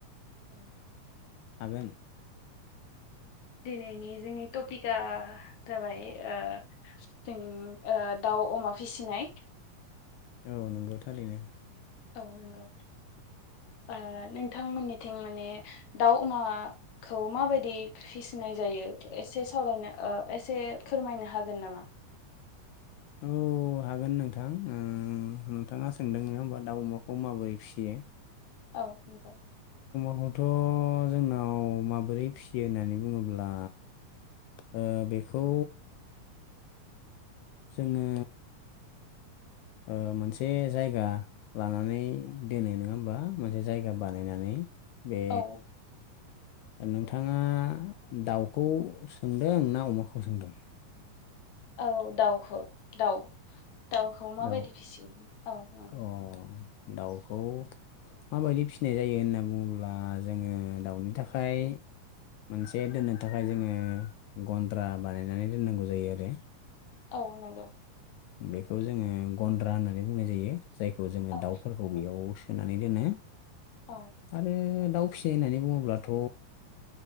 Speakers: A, on the left; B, on the left.
A: ओ।
B: हागोन
A: दिनैनि जोंनि टपिकआ जाबाय ओ जों ओ दाउ अ अमा फिसिनाय।
B: औ नंगौ थारैनो।
A: औ नोंगौ। ओ नोंथांमोननिथिं माने दाउ अमाखौ माबायदि फिसिनो? नाय जायो एसे सावरायनो ओ एसे फोरमायनो हागोन नामा?
B: औ। उ हागोन नोंथां उम नोंथाङा सोंदों नङा होमबा दाउ अमाखौ माबोरै फिसियो?
A: औ नंगौ।
B: नवावथ' जोंनाव माबोरै फिसियो होननानै बुङोब्ला ओ बेखौ जोङो ओ मोनसे जायगा लानानै दोनो नङा होमबा मोनसे जायगा बानायनानै? बे
A: औ
B: ओ नोंथाङा दाउखौ सोंदों ना अमाखौ सोंदों?
A: औ दाउखौ दाउ दाउखौ माबायदि
B: दाउ
A: फिसिगोन औ नंगौ।
B: अ दाउखौ माबायदि फिसिनाय जायो होनना बुङोब्ला जोङो दाउनि थाखाय मोनसे दोननो थाखाय जोङो गन्द्रा बानायनानै दोननांगौ जायो आरो।
A: औ नंगौ।
B: बेखौ जोङो गन्द्रा होननानै बुंनाय जायो जायखौ जोङो
A: औ
B: दाउफोरखौ
A: नंगौ
B: बेयाव सोना नानै दोनो
A: औ
B: आरो दाउ फिसि होननानै बुङोब्लाथ'